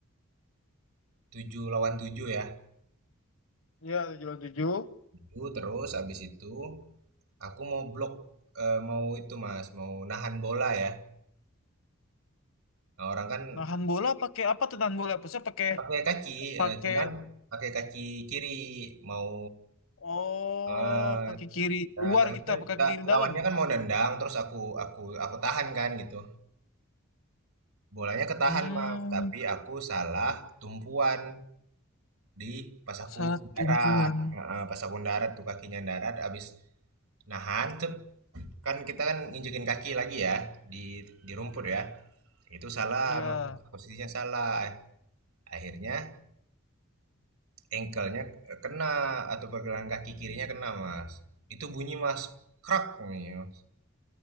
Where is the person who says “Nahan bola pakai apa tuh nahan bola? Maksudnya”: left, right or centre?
Left